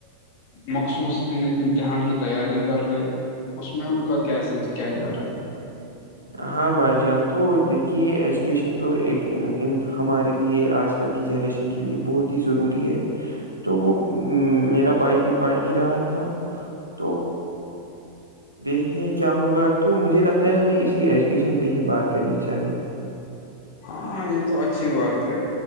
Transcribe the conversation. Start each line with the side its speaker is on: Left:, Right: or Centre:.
Left: مخصوص امتحان کی تیاری کر رہے ہیں اس میں ان کا کیس کیا جا رہا ہے
Right: ہاں بھائی جان تو دیکھیے ایجوکیشن تو ایک ہمارے لیے آج کل آج کل کی جنریشن کے لیے بہت ہی ضروری ہے تو وہ میرا بھائی بھی پڑھ ہی رہا تھا تو دیکھتے ہیں کیا ہوگا تو مجھے لگتا ہے ہمیں اسی ایجوکیشن پہ ہی بات کرنی چاہیے
Left: ہاں یہ تو اچھی بات ہے